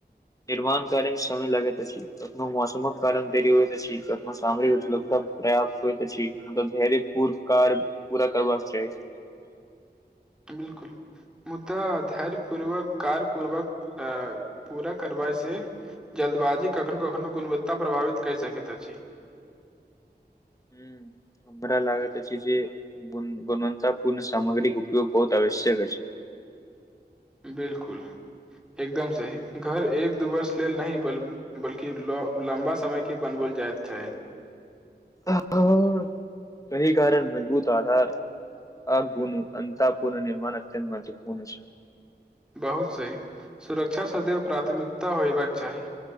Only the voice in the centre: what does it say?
बिलकुल मुद्दा धैर्य पूर्वक कार पूर्वक -अ पूरा करबा से जल्दबाजी कखनो कखनो गुणवत्ता प्रभावित कर सकैत अछि। <unintelligible>
बिलकुल एकदम सही घर एक दू वर्ष लेल -न बल्कि लम्बा समय- के बनबल जाय चाहैत। <unintelligible>
बहुत सही सुरक्षा सदैव प्राथमिकता होयबाक चाही